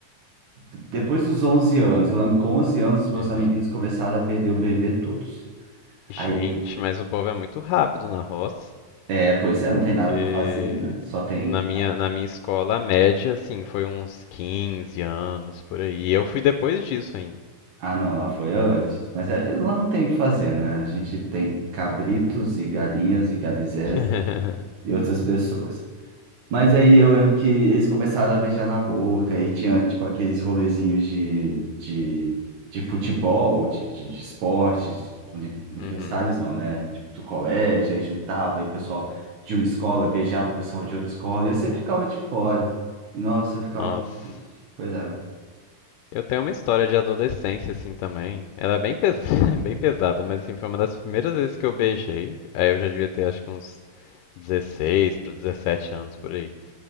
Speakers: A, on the right; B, on the left.
A: d- depois dos 11 anos, eu lembro que com 11 anos os meus
B: Uhum.
A: amiguinhos começaram a perder o bebê todos.
B: Gente,
A: Aí
B: mas o povo é muito rápido na roça,
A: É, pois é,
B: porque
A: não tem nada para fazer, né? Só tem.
B: na minha, na minha escola a média, assim, foi uns 15 anos por aí. E eu fui depois disso ainda.
A: Ah, não, lá foi antes. Mas é, lá não tem o que fazer, né? A gente tem cabritos e galinhas e galizés
B: <laughs>
A: e outras pessoas. Mas aí eu lembro que eles começaram a beijar na boca e tinha, tipo, aqueles rolezinhos de, de, de futebol, de, de, de esportes, uni- universitários
B: Uhum.
A: não, né? Tipo, do colégio, aí juntava, aí o pessoal de uma escola beijava o pessoal de outra escola e eu sempre ficava de fora. E nossa, eu ficava.
B: Nossa.
A: triste. Pois é.
B: Eu tenho uma história de adolescência, assim, também. Ela é bem, pes... <laughs> bem pesada, mas, assim, foi uma das primeiras vezes que eu beijei. Aí eu já devia ter, acho que uns 16 para 17 anos por aí.